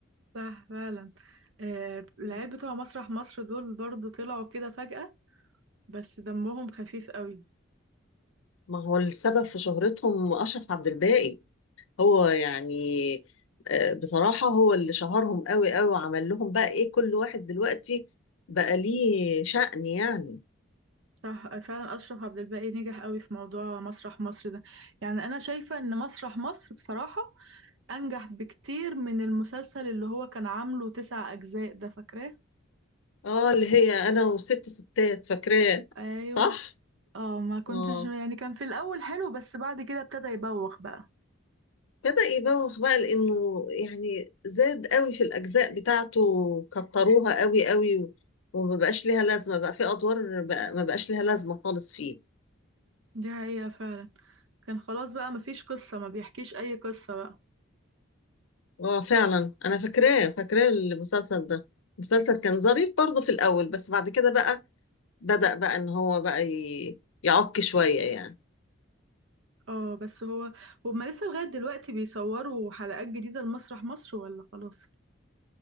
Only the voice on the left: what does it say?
مم.
ما هو السبب في شهرتهم اشرف عبد الباقي هو يعني آه، بصراحة هو اللي شهرهم قوي قوي وعمل لهم بقى ايه كل واحد دلوقتي بقى ليه شأن يعني
اه اللي هي انا وست ستات فاكراه
صح
اه
بدأ يبوخ بقى لانه يعني زاد قوي في الاجزاء بتاعته كتروها قوي قوي و- وما بقاش ليها لازمة بقى في ادوار بقى ما بقاش ليها لازمة خالص فيه
اه فعلا انا فاكراه فاكراه المسلسل ده المسلسل كان ظريف برضه في الاول بس بعد كده بقى بدأ بقى ان هو بقى ي- يعك شوية يعني